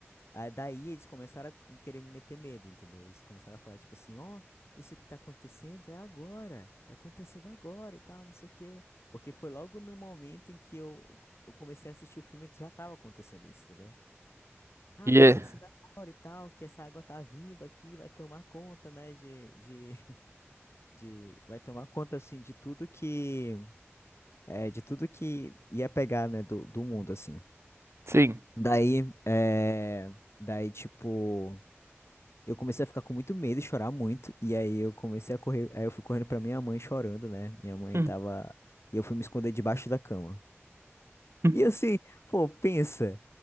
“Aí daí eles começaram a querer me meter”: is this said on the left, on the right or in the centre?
Left